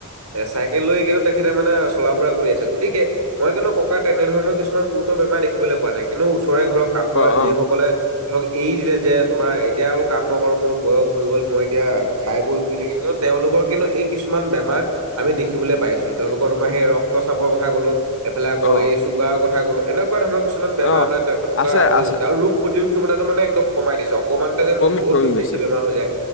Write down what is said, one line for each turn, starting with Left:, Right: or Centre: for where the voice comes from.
Right: এ চাইকেল লৈ কিন্তু তেখেতে মানে চলা ফুৰা কৰি আছে গতিকে মই কিন্তু ককাৰ তেনেধৰণৰ কিছুমান গুৰুত্ব বেমাৰ দেখিবলৈ পোৱা নাই, কিন্তু ওচৰে ঘৰৰ কাষৰ
Left: অ
Right: যিসকলে
Left: অ
Right: ধৰক এৰি দিলে যে, তোমাৰ এতিয়া আৰু কাম নকৰো মোৰ বয়স হৈ গ'ল মই এতিয়া খাই বৈ শুই থাকিম কিন্তু তেওঁলোকৰ কিন্তু এই কিছুমান বেমাৰ আমি দেখিবলৈ পাইছো, তেওঁলোকৰ তোমাৰ সেই ৰক্তচাপৰ কথা ক'লো এইফালে আকৌ
Left: অ অ
Right: এই চুগাৰৰ কথা ক'লো এনেকুৱা ধৰণৰ কিছু বেমাৰা
Left: অ
Right: মানে তেখেতক
Left: আছে
Right: আগৰি
Left: আছে
Right: গৈছে আৰু ৰোগ প্ৰতিৰোধ টো মানে একদম কমাই দিছে অকণমানতে যেন
Left: কমি
Right: বহুত
Left: কমি
Right: বেছি
Left: গৈছে
Right: বেমাৰ হৈ যায়